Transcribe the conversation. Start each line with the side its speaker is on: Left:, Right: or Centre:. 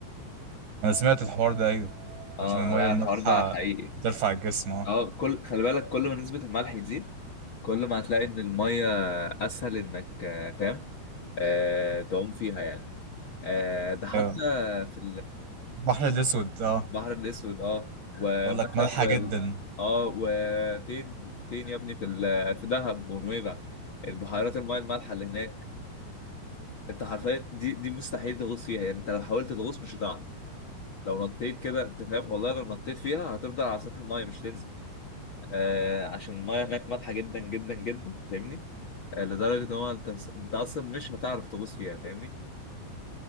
Right: انا سمعت الحوار ده ايوه
Left: اه
Right: عشان الميه
Left: لا
Right: المالحه
Left: الحوار ده حقيقي
Right: بترفع الجسم اه
Left: اه كل خلي بالك كل ما نسبة الملح تزيد كل ما هتلاقي ان المية اسهل انك آه، فاهم آه تعوم فيها يعني آه ده حتى
Right: ايوه
Left: في
Right: البحر الاسود اه
Left: البحر الاسود اه ومثلا
Right: بقول لك مالحه
Left: و...
Right: جدا
Left: اه وفين فين يا ابني في ال... آه، في دهب ونويبع البحيرات المياه المالحة اللي هناك انت حرفيا دي دي مستحيل تغوص فيها يعني انت لو حاولت تغوص مش هتعرف لو نطيت كده انت فاهم والله لو نطيت فيها هتفضل على سطح المايه مش تنزل آه عشان المايه هناك مالحه جدا جدا جدا فاهمني آه لدرجه ان هو انت انت اصلا مش هتعرف تغوص فيها فاهمني